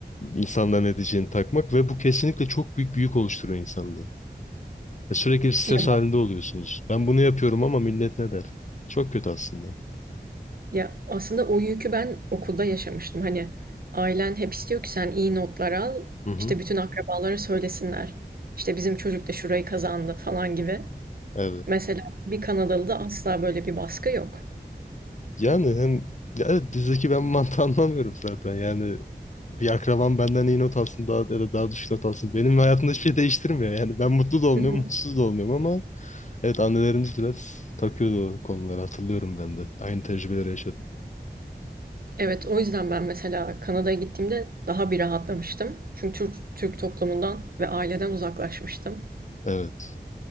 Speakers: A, on the left; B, on the right.
A: İnsanların ne diyeceğini takmak ve bu kesinlikle çok büyük bir yük oluşturuyor insanda. E, Sürekli stres
B: Ya
A: halinde oluyorsunuz. Ben bunu yapıyorum ama millet ne der? Çok kötü aslında.
B: Ya aslında o yükü ben okulda yaşamıştım. Hani ailen hep istiyor ki sen iyi notlar al,
A: Hı hı.
B: işte bütün akrabalara söylesinler. İşte bizim çocuk da şurayı kazandı falan gibi.
A: Evet.
B: Mesela bir Kanadalı'da asla böyle bir baskı yok.
A: Yani hem ya evet, dizideki ben <laughs> mantığı anlamıyorum zaten. Yani bir akrabam benden iyi not alsın daha, ya da daha düşük not alsın. Benim hayatımda hiçbir şey değiştirmiyor. Yani ben mutlu da olmuyorum,
B: Hı hı.
A: mutsuz da olmuyorum ama evet annelerimiz biraz takıyordu o konuları hatırlıyorum ben de. Aynı tecrübeleri yaşadım.
B: Evet, o yüzden ben mesela Kanada'ya gittiğimde daha bir rahatlamıştım. Çünkü Türk, Türk toplumundan ve aileden uzaklaşmıştım.
A: Evet.